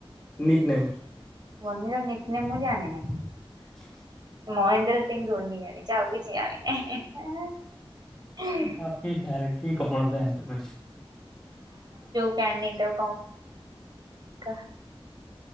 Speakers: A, in the centre; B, on the right.
A: ନିକ୍ ନେମ୍।
B: ଧୋନିର ନିକ୍ ନେମ୍ ମୁଁ ଜାଣିନି।
A: <inaudible>
B: ମହେନ୍ଦ୍ର ସିଂ ଧୋନି ଜାଣିଛି ଆଉ କିଛି ଜାଣିିନାହିଁ।
A: ଆଉ କି ଫ୍ୟାନ୍ କି କଅଣ ବ୍ୟନ ତମେ।
B: ପ୍ୟାନ୍ ନେଇଥାଉ <unintelligible>